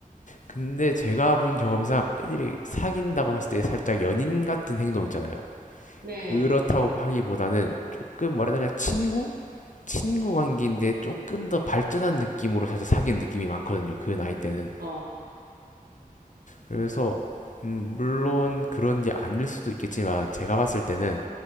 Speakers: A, on the left; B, on the right.
A: 근데 제가 본 경험상 애들이 사귄다고 했을 때 살짝 연인 같은 행동 있잖아요.
B: 네.
A: 그렇다고 하기보다는 조금 뭐라 해야 되나 친구? 친구 관계인데 조금 더 발전한 느낌으로 살짝 사귄 느낌이 많거든요. 그
B: 음,
A: 나이 때는.
B: 그쵸.
A: 그래서 음, 물론 그런 게 아닐 수도 있겠지만 제가 봤을 때는